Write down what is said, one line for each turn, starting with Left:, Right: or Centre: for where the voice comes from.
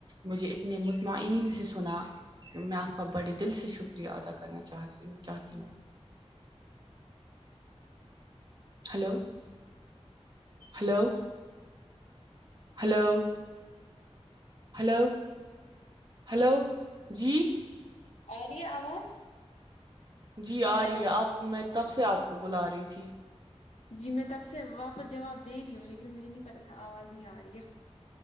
Right: مجھے اتنے مطمئن سے سنا میں آپ کا بڑے دل سے شکریہ ادا کرنا چاہ رہی ہو چاہتی ہوں hello hello hello hello hello جی
Left: آ رہی ہے اواز
Right: جی آ
Left: ہیلو
Right: رہی ہے آپ میں تب سے آپ کو بلا رہی تھی
Left: جی میں تب سے واپس جواب دے رہی ہوں لیکن مجھے نہیں پتاہ تھا آواز نہیں آ رہی ہے